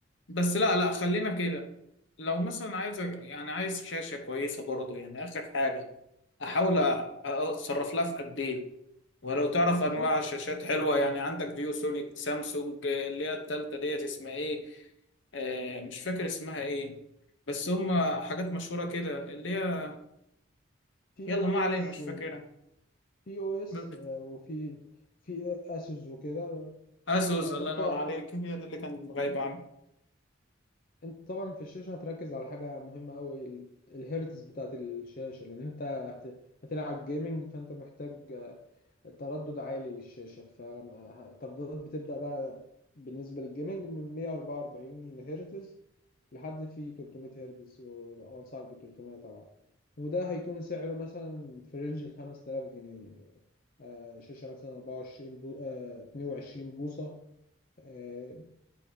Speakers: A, on the left; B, on the left.
A: بس لا لا خلينا كده لو مثلا عايز يعني عايز شاشة كويسة برضو يعني آخر حاجة أحاول أ- أتصرف لها في قد إيه ولو تعرف أنواع
B: بص
A: الشاشات حلوة يعني عندك فيو سونيك سامسونج آه، اللي هي التالتة ديت اسمها إيه آه مش فاكر اسمها إيه بس هم حاجات مشهورة كده اللي هي
B: في
A: يلا
B: او
A: ما
B: اس
A: علينا مش فاكرها
B: في او اس
A: ب-
B: آه، وفي في اسوس وكده
A: أسوس
B: آه،
A: الله
B: انت
A: ينور عليك هي دي اللي كانت غايبة عني
B: انت طبعا في الشاشة هتركز على حاجة مهمة قوي الهيرتز بتاعت الشاشة لان انت هت- هتلعب جيمنج فانت محتاج تردد عالي للشاشة فالترددات بتبدأ بقى بالنسبة للجيمنج من 144 هرتز لحد في 300 هرتز وأنصحك بال 300 طبعا وده هيكون سعره مثلا في رينج ال 5000 جنيه آه، شاشة مثلا 24 بو... آه، 22 بوصة آه،